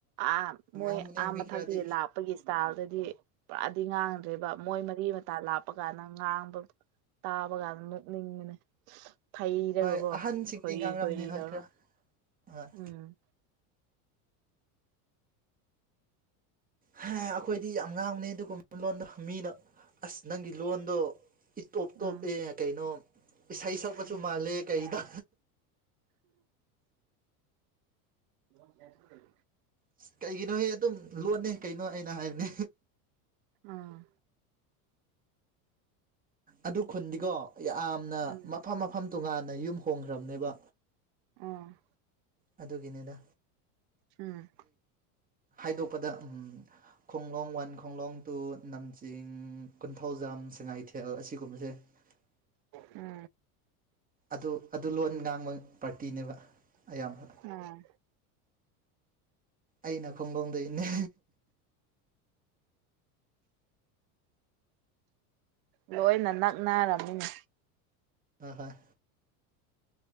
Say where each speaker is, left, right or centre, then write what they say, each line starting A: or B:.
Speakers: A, on the right; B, on the right.
A: ꯑꯥ ꯃꯣꯏ
B: ꯉꯥꯡꯕꯅꯦ
A: ꯑꯥ
B: ꯃꯤ
A: ꯃꯊꯛꯇꯒꯤ
B: ꯈꯔꯗꯤ
A: ꯂꯥꯛꯄꯒꯤ ꯏꯁꯇꯥꯏꯜ ꯨꯗꯗꯤ ꯄꯨꯔꯥꯗꯤ ꯉꯥꯡꯗ꯭ꯔꯦꯕ ꯃꯣꯏ ꯃꯔꯤ- ꯃꯇꯥ ꯂꯥꯛꯄ ꯀꯥꯟꯗ ꯉꯥꯡꯕ ꯇꯥꯕ ꯀꯥꯟꯗ ꯅꯣꯛꯅꯤꯡꯕꯅꯦ ꯊꯩꯔꯒ
B: ꯍꯣꯏ
A: ꯀꯣ
B: ꯑꯍꯟꯁꯤꯡꯗꯤ
A: ꯈꯣꯏꯔꯤ
B: ꯉꯥꯡꯔꯝꯅꯤ
A: ꯈꯣꯏꯔꯤ
B: ꯍꯣꯏ
A: ꯇꯧꯔ
B: ꯈꯔ ꯍꯣꯏ
A: ꯎꯪꯝ
B: ꯍꯦ ꯑꯩꯈꯣꯏꯗꯤ ꯌꯥꯝ ꯉꯥꯡꯕꯅꯤ ꯑꯗꯨꯒꯨꯝꯕ ꯂꯣꯟꯗꯣ ꯃꯤꯅ ꯑꯥꯁ ꯅꯪꯒꯤ ꯂꯣꯟꯗꯣ ꯏꯇꯣꯞ-
A: ꯎꯝ
B: ꯇꯣꯞꯄꯦ ꯀꯩꯅꯣ ꯏꯁꯩ ꯁꯛꯄꯨꯁꯨ
A: ꯎꯝ
B: ꯃꯥꯜꯂꯦ ꯀꯩꯗ
A: INAUDIBLE
B: ꯢꯁ ꯀꯩꯒꯤꯅꯣꯍꯦ ꯑꯗꯨꯝ ꯂꯣꯟꯅꯦ ꯀꯩꯅꯣ ꯑꯩꯅ ꯍꯥꯏꯕꯅꯦ
A: ꯑꯥꯑꯥ
B: ꯑꯗꯨ ꯈꯨꯟꯗꯤꯀꯣ ꯌꯥꯝꯅ
A: ꯎꯝ
B: ꯃꯐꯝ ꯃꯐꯝ ꯇꯣꯉꯥꯟꯅ ꯌꯨꯝ ꯍꯣꯡꯈ꯭ꯔꯕꯅꯦꯕ
A: INAUDIBLE
B: ꯑꯥꯗꯨꯒꯤꯅꯦꯗ
A: ꯎꯝ
B: ꯍꯥꯏꯗꯣꯛꯄꯗ ꯎꯝ ꯈꯣꯡꯂꯣꯡ ꯋꯥꯟ ꯈꯣꯡꯂꯣꯡ ꯇꯨ ꯅꯝꯖꯤꯡ ꯀꯣꯟꯊꯧꯖꯝ ꯁꯉꯥꯏꯊꯦꯜ ꯑꯁꯤꯒꯨꯝꯕꯖꯦ INAUDIBLE
A: INAUDIBLE
B: ꯑꯥꯗꯨ ꯑꯥꯗꯨ ꯂꯣꯟ ꯉꯥꯡꯕ ꯄꯥꯔꯇꯤꯅꯦꯕ ꯑꯌꯥꯝꯕ
A: ꯑꯥꯑꯥ
B: ꯑꯩꯅ ꯈꯣꯡꯂꯣꯡꯗꯩꯅꯦ
A: ꯂꯣꯏꯅ ꯅꯛꯅꯔꯝꯃꯤ
B: ꯑꯥꯍꯣꯏ